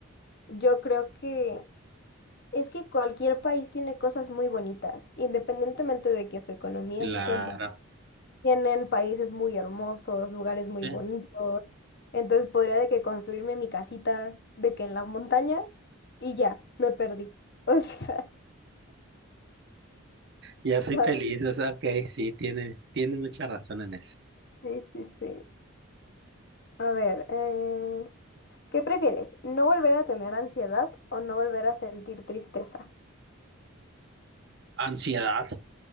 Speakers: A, on the left; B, on the right.
A: yo creo que Es que cualquier país tiene cosas muy bonitas, independientemente de que su economía
B: Claro.
A: esté mal. Tienen países muy hermosos, lugares muy
B: Sí.
A: bonitos. Entonces podría de que construirme mi casita de que en la montaña y ya, me perdí. <laughs> O sea,
B: Ya
A: o
B: soy
A: sea,
B: feliz, o sea, ok, sí, tiene, tienes mucha razón en eso.
A: sí, sí, sí. A ver, eh, ¿qué prefieres? ¿No volver a tener ansiedad o no volver a sentir tristeza?
B: Ansiedad.